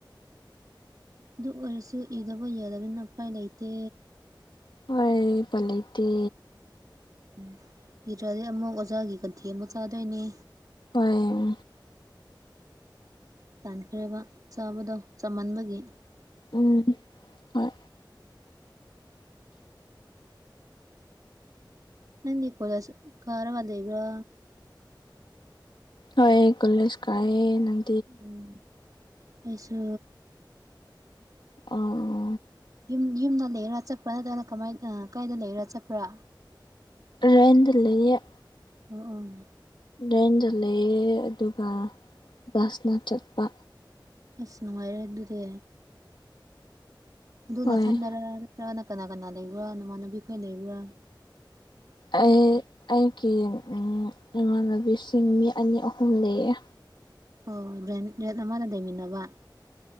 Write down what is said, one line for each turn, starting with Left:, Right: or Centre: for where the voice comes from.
Right: ꯑꯗꯨ ꯑꯣꯏꯔꯁꯨ ꯏꯗꯕ ꯌꯥꯗꯕꯅꯤꯅ ꯎꯄꯥꯏ ꯂꯩꯇꯦ
Left: ꯍꯣꯏ ꯄꯂꯇꯦ
Right: ꯎꯝ ꯏꯗ꯭ꯔꯗꯤ ꯑꯃꯨꯛ ꯑꯣꯖꯥꯒꯤ ꯀꯟꯊꯤ ꯑꯃꯨꯛ ꯆꯥꯗꯣꯏꯅꯦ
Left: ꯍ‌ꯣꯏ ꯎꯝ
Right: ꯇꯥꯟꯈ꯭ꯔꯦꯕ ꯆꯥꯕꯗꯣ ꯆꯃꯟꯕꯒꯤ
Left: ꯎꯝ ꯍꯣꯏ
Right: ꯅꯪꯗꯤ ꯀꯣꯏꯂꯁ ꯀꯥꯔꯒ ꯂꯩꯕ꯭ꯔ
Left: ꯍ‌ꯣꯏ ꯀꯣꯂꯦꯁ ꯀꯥꯏꯑꯦ ꯅꯪ
Right: ꯎꯝ ꯑꯩꯁꯨ
Left: ꯑ‌ꯣ
Right: ꯌꯨꯝ ꯌꯨꯝꯗ ꯂꯩꯔꯥ ꯆꯠꯄ꯭ꯔꯥ ꯅꯠꯇ꯭ꯔꯒꯅ ꯀꯃꯥꯏꯅ ꯀꯥꯏꯗ ꯂꯩꯔꯥ ꯆꯠꯄ꯭ꯔꯥ
Left: ꯔꯦꯟꯗ ꯂꯩꯌ‌ꯦ
Right: ꯑꯣꯝ ꯎꯝ
Left: ꯔꯦꯟꯗ ꯂꯩꯑꯦ ꯑꯗꯨꯒ ꯕꯁꯅ ꯆꯠꯄ
Right: ꯑꯁ ꯅꯨꯡꯉꯥꯏꯔꯦ ꯑꯗꯨꯗꯤ ꯑꯗꯨ
Left: ꯍꯣꯏ
Right: ꯅꯥꯊꯟꯗꯔ ꯅꯠꯇ꯭ꯔꯒꯅ ꯀꯅꯥ ꯀꯅꯥ ꯂꯩꯕ꯭ꯔꯥ ꯅꯃꯥꯟꯅꯕꯤ ꯈꯣꯏ ꯂꯩꯕ꯭ꯔꯥ
Left: ꯑꯩ ꯑꯩꯒꯤ ꯏꯃꯥꯟꯅꯕꯤꯁꯤꯡ ꯃꯤ ꯑꯅꯤ ꯑꯍꯨꯝ ꯂꯩꯌꯦ
Right: ꯑꯣ ꯔ‌ꯦꯟ ꯔ‌ꯦꯟ ꯑꯃꯗ ꯂꯩꯃꯤꯟꯅꯕ